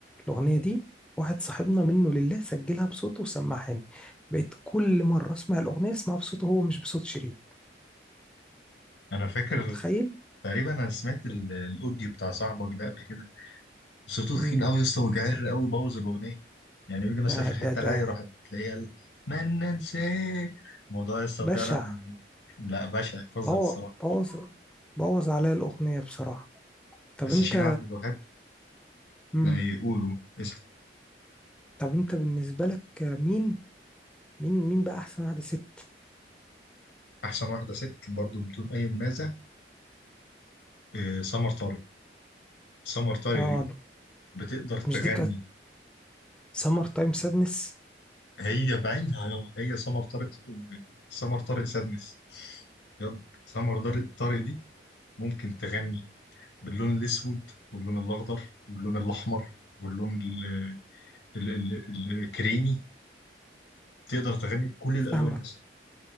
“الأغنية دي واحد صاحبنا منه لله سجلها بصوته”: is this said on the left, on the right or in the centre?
Centre